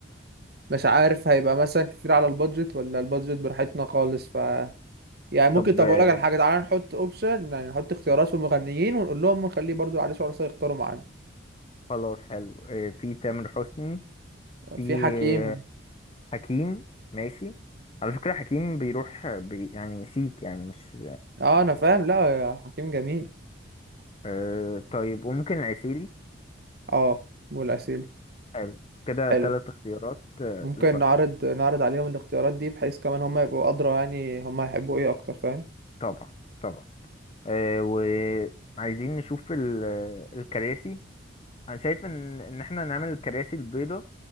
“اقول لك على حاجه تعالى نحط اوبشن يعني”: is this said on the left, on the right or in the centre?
Right